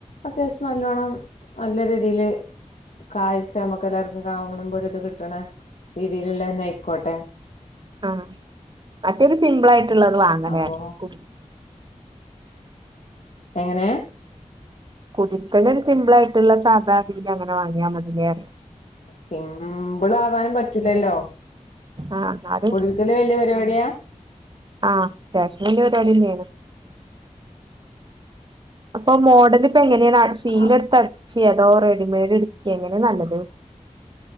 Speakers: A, on the left; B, on the right.
A: അത്യാവശ്യം നല്ലോണ്ണം നല്ല രീതിയില് കാഴ്ച നമക്ക് എല്ലാർക്കും കാണുബോ ഒരു ഇത് കിട്ടണ രീതിയിലുള്ളന്നെ ആയിക്കോട്ടെ
B: ആഹ് മറ്റേത് സിമ്പിൾ ആയിട്ട്ള്ളത്
A: ആഹ്
B: വാങ്ങലെ
A: അപ്പൊ
B: കു
A: എങ്ങനെ
B: കുടിരികലിന് ഒരു സിമ്പിളായിട്ടുള്ള സാധാ അങ്ങനെ വാങ്ങിയാ മതിലെറ്യാ
A: സിമ്പിള ആകാനും പറ്റൂലല്ലോ
B: ആഹ് എന്നാലും
A: കുടി കല് വല്യ പരിപാടിയാ
B: ആഹ് അത്യവ്ശ്യ വല്യ പരുവാടിന്നേണ് അപ്പം മോഡല് ഇപ്പ എങ്ങനെയാണ് സീല
A: ആഹ്
B: എടുത്തടിച്ചെ അതോ റെഡിമെയ്ഡ്ടുക്കെ എങ്ങനെ നല്ലത്